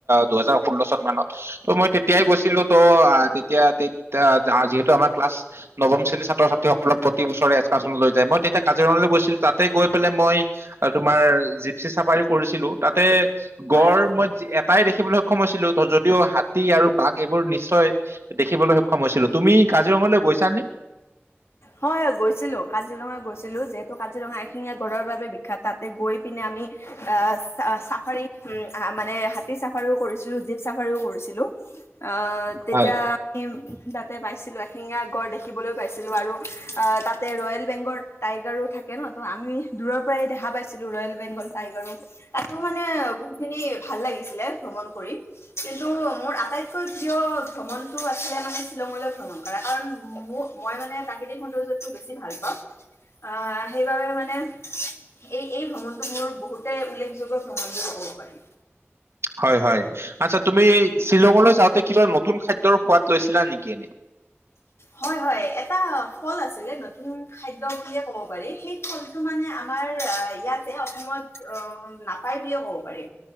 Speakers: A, on the right; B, on the left.
A: দুহেজাৰ ষোল্ল চন মানত, ত মই তেতিয়াই গৈছিলো ত এতিয়া তে যিহেতু আমাৰ ক্লাছ নৱম শ্ৰেণীৰ ছাত্ৰ ছাত্ৰীসকলক প্ৰতি বছৰে এ্কাশছনত লৈ যায়, মই তেতিয়া কাজিৰঙালৈ গৈছিলো তাতে গৈ পেলাই মই তোমাৰ জিপচি চাফাৰী কৰিছিলো। তাতে
B: হয়
A: গড় মই এটাই দেখিবলৈ সক্ষম হৈছিলো যদিও হাতী আৰু বাঘ এইবোৰ নিশ্চয় দেখিবলৈ সক্ষম হৈছিলো। তুমি কাজিৰঙালৈ গৈছানে?
B: হয়, গৈছিলোঁ কাজিৰঙা গৈছিলোঁ, যিহেতু কাজিৰঙা এঠেঙীয়া গড়ৰ বাবে বিখ্যাত তাতে গৈ পিনে আমি আঁহ চ চাফাৰী মানে হাতী চাফাৰীও, কৰিছিলো জীপ চাফাৰীও কৰিছিলো। অঁ তেতিয়া
A: হয়
B: আমি তাতে পাইছিলো এঠেঙীয়া গড় দেখিবলৈ পাই ছিলো আৰু অঁ তাতে ৰয়েল বেংগৰ টাইগাৰো থাকে ন, ত আমি দূৰ পৰাই দেখা পাই ছিলোঁ ৰয়েল বেংগল টাইগাৰো তাতো মানে বহুত খিনি ভাল লাগিছিলে ভ্ৰমণ কৰি। কিন্তু মোৰ আটাইতকৈ প্ৰিয় ভ্ৰমণটো আছিলে, মানে শ্বিলঙলৈ ভ্ৰমণ কৰা কাৰণ মোক মই মানে প্ৰাকৃতিক সৌন্দৰ্যতটো বেছি ভাল পাওঁ, আঁহ সেইবাবে মানে এই এই ভ্ৰমণটো মোৰ বহুতে উল্লেখযোগ্য সময় যে ক'ব পাৰিম।
A: হয়, হয় আচ্ছা তুমি, শ্বিলঙলৈ যাওঁতে কিবা নতুন খাদ্যৰ সোৱাদ লৈছিলা নেকি এনেই?
B: হয়, হয় এটা ফল আছিলে নতুন খাদ্য বুলিয়ে ক'ব পাৰি সেই? ফলটো মানে আমাৰ ইয়াতে অসমত অ নাপায় বুলিয়ে ক'ব পাৰি।